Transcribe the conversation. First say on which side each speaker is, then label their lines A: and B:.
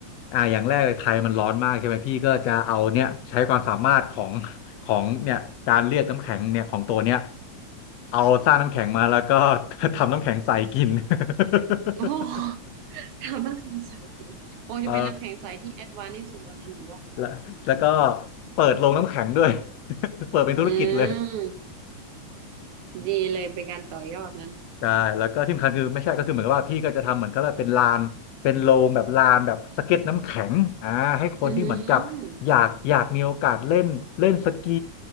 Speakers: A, on the left (about 70°); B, on the right (about 80°).
A: อ่าอย่างแรกเลยไทยมันร้อนมากใช่ไหมพี่ก็จะเอาเนี่ยใช้ความสามารถของของเนี่ยการเรียกน้ำแข็งเนี่ยของตัวเนี้ยเอาสร้างน้ำแข็งมาแล้วก็ <laughs> ทำน้ำแข็งใส่กิน <laughs>
B: <laughs> โอ้โหทำน้ำแข็งใสกินคงจะเป็นน้ำแข็งใสที่แอดวานซ์ที่สุดแล้วนะหนูว่า
A: เออแล้วแล้วก็เปิดโรงน้ำแข็งด้วย <laughs> เปิดเป็นธุรกิจเลย
B: อืมดีเลยเป็นการต่อยอดนั้น
A: ใช่แล้วก็ที่สำคัญคือไม่ใช่ก็คือเหมือนกับว่าพี่ก็จะทำเหมือนก็เป็นลานเป็นโรงแบบลานแบบสเก็ตน้ำแข็งอ่าให้คนที่เหมือนกับอยากอยากมีโอกาสเล่นเล่นสกี
B: อือหือ